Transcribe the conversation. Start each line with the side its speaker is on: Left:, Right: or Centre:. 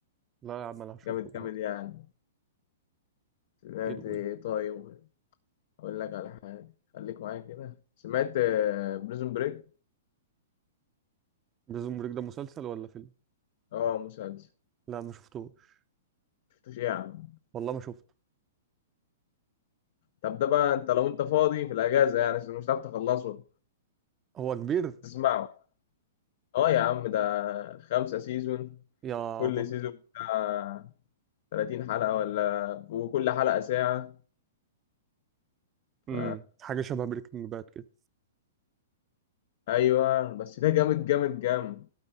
Right: لا يا عم انا هشوفه
Left: جامد
Right: النهارده
Left: جامد يعني سمعت
Right: حلو
Left: إيه
Right: ده
Left: طيب أقول لك على حاجة خليك معايا كده سمعت بريزون بريك
Right: بريزون بريك ده مسلسل ولا فيلم
Left: اه مسلسل
Right: لا ما شفتوش
Left: شفتوش إيه يا عم
Right: والله ما شفته
Left: طب ده بقى انت لو انت فاضي في الأجازة يعني عشان مش هتعرف تخلصه
Right: هو كبير
Left: تسمعه اه يا عم ده خمسة سيزون
Right: يابا
Left: كل سيزون بتاع 30 حلقة ولا وكل حلقة ساعة
Right: امم
Left: ف...
Right: حاجه شبه بريكنج باد كده
Left: أيوة بس ده جامد جامد جامد